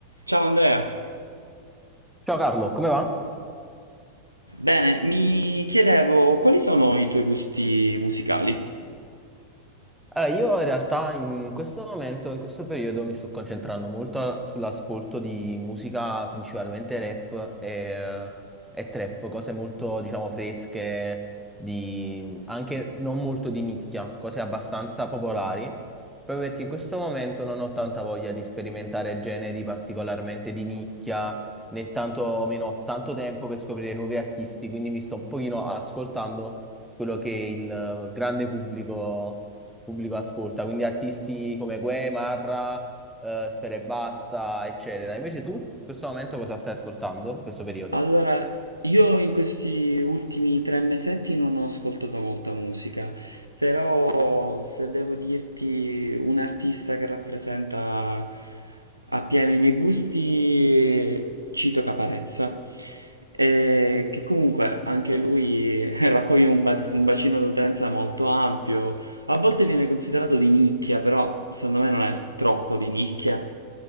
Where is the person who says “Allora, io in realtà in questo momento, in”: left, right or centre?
Centre